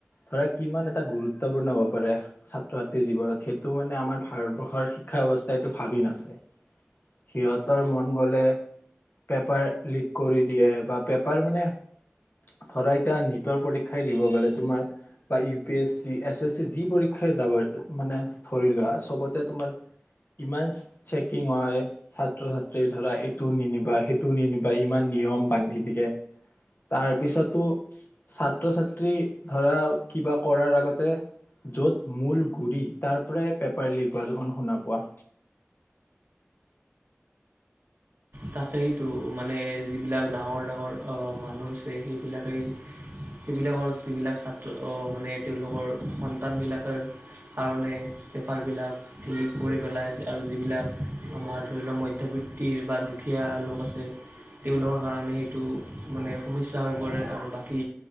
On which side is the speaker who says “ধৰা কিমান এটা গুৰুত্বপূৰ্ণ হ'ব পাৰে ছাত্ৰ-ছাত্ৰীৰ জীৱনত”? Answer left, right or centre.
Left